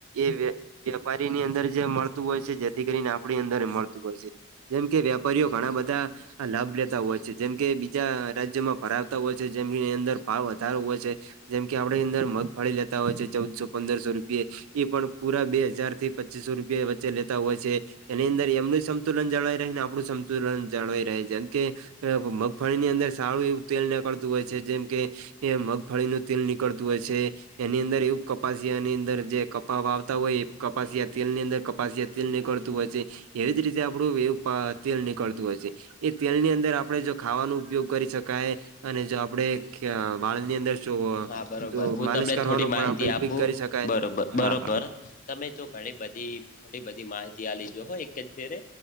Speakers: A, on the right (about 70°); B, on the left (about 35°).
A: એ વ્ય વેપારીની અંદર જે મળતું હોય છે જેથી કરીને આપડી અંદરે મળતું હોય છે. જેમ કે વ્યાપારીઓ ઘણા બધા આ લાભ લેતા હોય છે જેમ કે બીજા રાજ્યમાં ફરાવતા હોય છે જેમની અંદર ભાવ વધારો હોય છે. જેમ કે આપડી અંદર મગફળી લેતા હોય છે ચૌદસો પંદરસો રૂપયે એ પણ પુરા બે હજાર થી પચીસો રૂપિયા વચ્ચે લેતા હોય છે. એની અંદર એમનું સંતુલન જાળવાઈ રહે ને આપડું સંતુલન જાળવાઈ રહે જેમ કે અ મ મગફળીની અંદર સારું એવું તેલ નેકળતું હોય છે, જેમ કે એ મગફળીનું તેલ નીકળતું હોય છે. એની અંદર એવું કપાસિયાની અંદર જે કપાવ આવતા હોય એ કપાસિયા તેલ ની અંદર ક પાસિય તેલ નીકળતું હોય છે એવી જ રીતે આપડું એવું પા તેલ નીકળતું હોય છે. એ તેલની અંદર આપડે જો ખાવાનો ઉપયોગ કરી શકાય અને જો આપડે <unintelligible> વાળની અંદર જોવો
B: હા બરોબર
A: જો
B: હું
A: માલિશ
B: તમને
A: કરવાનુ
B: થોડી માહિતી
A: પણ આપડે
B: આપું
A: ઉપિક કરી શકાય.
B: બરોબર બરોબર
A: હા, હા.
B: તમે તો ઘણી બધી, ઘણી બધી માહિતી આલી જોહો એક જ ફેરે